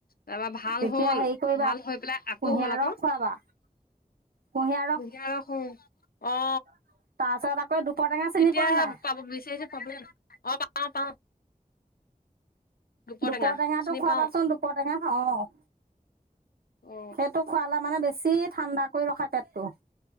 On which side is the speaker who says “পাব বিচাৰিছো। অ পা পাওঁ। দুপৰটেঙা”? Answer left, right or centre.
Left